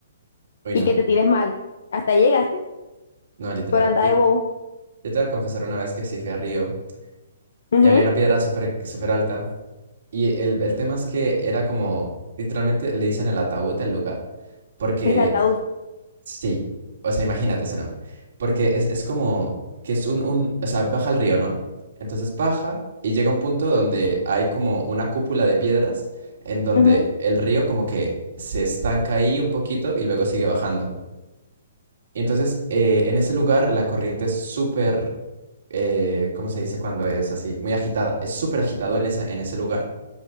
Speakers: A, on the right; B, on the left.
A: Uy,
B: y
A: no,
B: que te tires mal. Hasta ahí llegaste,
A: no, literal.
B: por andar
A: Yo,
B: de bobo.
A: yo te voy a confesar una vez que sí fui a Río
B: Ujú,
A: y había una piedra súper súper alta. Y el, el tema es que era como, literalmente le dicen el ataúd al lugar, porque
B: Es el ataúd.
A: sí, o sea, imagínate ese nombre, porque es, es como que es un, un, o sea, baja el río, ¿no? Entonces baja y llega a un punto donde hay como una cúpula de piedras en donde
B: Ujú.
A: el río como que se estanca ahí un poquito y luego sigue bajando. Y entonces eh, en ese lugar la corriente es súper eh, ¿cómo se dice cuando es así? Muy agitada. Es súper agitado en esa, en ese lugar,